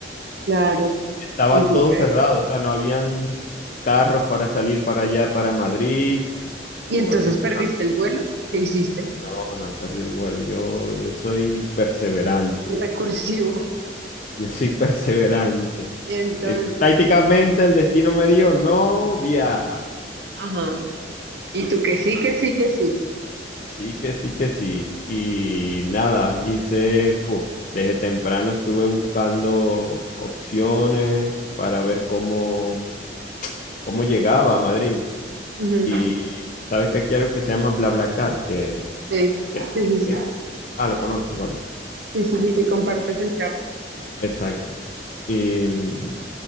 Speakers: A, on the right; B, on the left.
A: Claro,
B: Estaba
A: complicado.
B: todo cerrado, o sea, no habían carros para salir para allá, para Madrid.
A: ¿Y
B: Fue,
A: entonces
B: eso fue-
A: perdiste el vuelo? ¿Qué hiciste?
B: no, no, perdí el vuelo. Yo, yo soy perseverante.
A: Recursivo.
B: Yo soy <laughs> perseverante.
A: Y entonces,
B: Eh, prácticamente el destino me dijo, no viajas.
A: ajá. Y tú que sí, que sí, que sí.
B: Sí, que sí, que sí. Y nada, hice, fu, desde temprano estuve buscando opciones para ver cómo, cómo llegaba a Madrid.
A: Ujú.
B: Y sabes que aquí hay algo que se llama BlaBlaCar, que,
A: Sí,
B: que,
A: sí, sí, sí.
B: que- Ah, lo conoces, vale.
A: Sí, sí, sí, que compartes el carro.
B: Exacto. Y, mm,